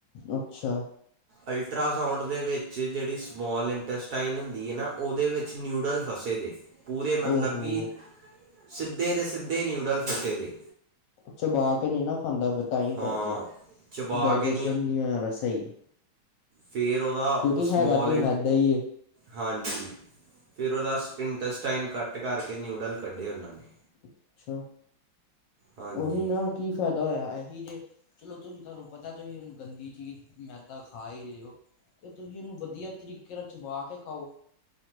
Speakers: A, on the left; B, on the right.
A: ਅੱਛਾ।
B: ਅਲਟਰਾਾਸਾਊਂਡ ਦੇ ਵਿੱਚ ਜਿਹੜੀ ਸਮਾਲ ਇੰਟੈਸਟਾਈਨ ਹੁੰਦੀ ਹੈ ਨਾ ਉਹਦੇ ਵਿੱਚ ਨਿਊਡਲ ਫਸੇ ਨੇ। ਪੂਰੇ ਮਤਲਬ
A: ਓਹੋ
B: ਕਿ। ਸਿੱਧੇ ਦੇ ਸਿੱਧੇ ਨਿਊਡਲ ਫਸੇ ਨੇ।
A: ਚਬਾ ਕੇ ਨਹੀਂ ਨਾ ਖਾਂਦਾ ਫੇਰ ਤਾਹੀ
B: ਹਾਂ
A: ਕਰਕੇ
B: ਚਬਾ
A: ਡਾਇਰੈਕਸ਼ਨ
B: ਕੇ
A: ਨਹੀਂ ਸਹੀ।
B: ਫੇਰ ਉਹਦਾ
A: ਕਿਉਂਕਿ
B: ਸਮੌਲ।
A: ਹੈਗਾ ਤੇ ਮੈਦਾ ਹੀ ਏ
B: ਹਾਂਜੀ ਫਿਰ ਉਹਦਾ ਇੰਟਸਟਾਈਨ ਕੱਟ ਕਰਕੇ ਨਿਊਡਲ ਕੱਢੇ ਉਹਨਾਂ ਨੇ।
A: ਅੱਛਾ
B: ਹਾਂਜੀ
A: ਉਹੀ ਨਾ ਕੀ ਫਾਇਦਾ। ਹੋਇਆ ਇਹੇ ਜੇ ਚਲੋ ਤੁਸੀਂ ਤੁਹਾਨੂੰ ਪਤਾ ਤੁਸੀਂ ਉਹਨੂੰ ਗੰਦੀ ਚੀਜ਼ ਮੈਦਾ ਖਾ ਹੀ ਰਹੇ ਹੋ ਤੇ ਤੁਸੀਂ ਉਹਨੂੰ ਵਧੀਆ ਤਰੀਕੇ ਨਾਲ ਚਬਾ ਕੇ ਖਾਓ।